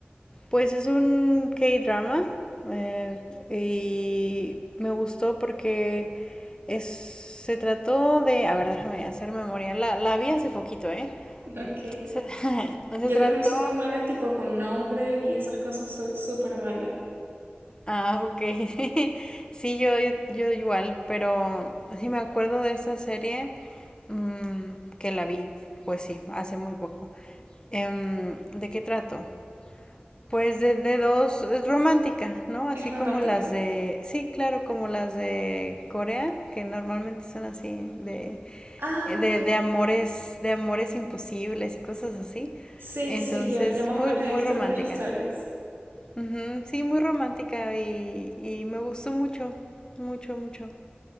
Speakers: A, on the left (about 20°); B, on the right (about 70°).
A: Pues es un K-drama eh, y me gustó porque es, se trató de, a ver, déjame hacer memoria, la, la vi hace poquito, ¿eh?
B: <laughs> Ok.
A: Se, <laughs> se
B: Yo
A: trató,
B: también soy muy mala, tipo con nombres y esas cosas, soy súper mala.
A: ah, ok, <laughs> sí, yo, yo, yo igual, pero sí me acuerdo de esa serie mm, que la vi, pues sí, hace muy poco. Em, ¿de qué trato? Pues de, de dos, es romántica, ¿no? Así
B: Es romántica.
A: como las de, sí, claro, como las de Corea, que normalmente son así, de,
B: Ah,
A: de,
B: ok.
A: de amores, de amores imposibles y cosas así.
B: Sí,
A: Entonces,
B: sí, yo, yo más
A: muy,
B: o menos
A: muy
B: he visto
A: romántica.
B: algunas historias.
A: Ujú, Sí, muy romántica y, y me gustó mucho, mucho, mucho.